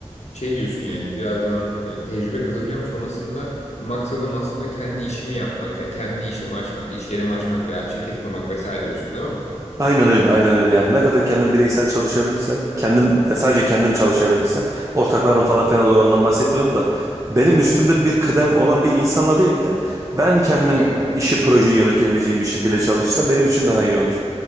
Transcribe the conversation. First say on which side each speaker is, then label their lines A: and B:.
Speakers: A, on the left; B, on the right.
A: şey diyorsun yani biraz ben hani tecrübe kazanacağım sonrasında maksadım aslında kendi işimi yapmak yani kendi işimi açmak, iş yerimi açmak veya şirket kurmak vesaire diyorsun değil mi?
B: Aynen öyle, aynen öyle. Yani ne kadar kendim bireysel çalışabilirsem, kendim ya sadece kendim çalışabilirsem, ortaklarım falan filan olur ondan bahsetmiyorum da benim üstümde bir kıdem olan bir insanla değil de ben kendim
A: Evet, evet.
B: işi projeyi yönetebileceğim bir şekilde çalışırsam benim için
A: Evet.
B: daha iyi olur.